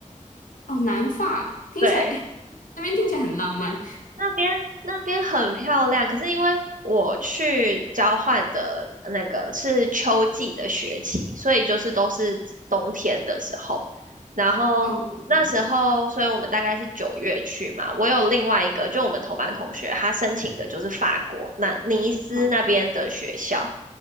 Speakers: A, on the left; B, on the right.
A: 哦，南法听起来，
B: 对。
A: 哎，那边听起来很浪漫。
B: 那边那边很漂亮，可是因为我去交换的那个是秋季的学期，所以就是都是冬天的时候。然后那时候，
A: 哦，嗯
B: 所以我们大概是九月去嘛。我有另外一个，就我们同班同学，他申请的就是法国那尼斯那边的学校。
A: 嗯